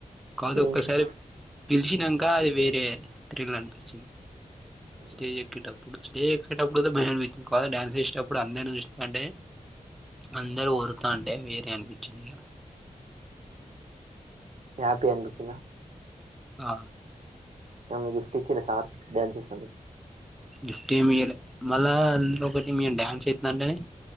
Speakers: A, in the centre; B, on the right (about 55°).
A: కాదు
B: ఉహు
A: ఒక్కసారి గెలిచినాక అది వేరే థ్రిల్ అనిపించింది స్టేజ్
B: ఉహు
A: ఎక్కేటప్పుడు స్టేజికేటప్పుడైతే భయం అనిపించింది ఇంకా డ్యాన్స్ చేసేటప్పుడు అందరూ చూసి అంటే అందరూ ఒరేతంటే వేరే అనిపించింది ఇక
B: హ్యాపీ అనిపించిందా
A: ఆ
B: ఏమన్నా గిఫ్ట్ ఇచ్చారా తర్వా డాన్స్ చేసినందుకు
A: గిఫ్ట్ ఏమి ఇయాల్ మళ్ళా మీరు ఒకటి డ్యాన్స్ జెస్తంటే అంటే